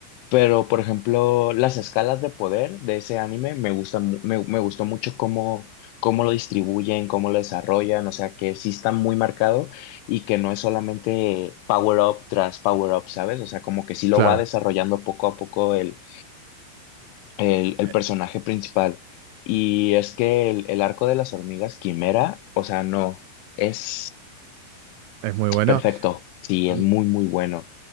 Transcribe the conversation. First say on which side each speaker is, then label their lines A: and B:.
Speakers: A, on the left; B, on the right.
A: Pero, por ejemplo, las escalas de poder de ese anime me gustan, mu- me, me gustó mucho cómo, cómo lo distribuyen, cómo lo desarrollan, o sea, que sí está muy marcado y que no es solamente power up tras power up, ¿sabes? O sea, como que sí lo
B: Claro,
A: va desarrollando poco a poco el, el, el
B: e-
A: personaje principal. Y es que el, el arco de las hormigas quimera, o sea, no, es.
B: Es muy bueno.
A: Perfecto, sí,
B: Mm,
A: es muy, muy bueno.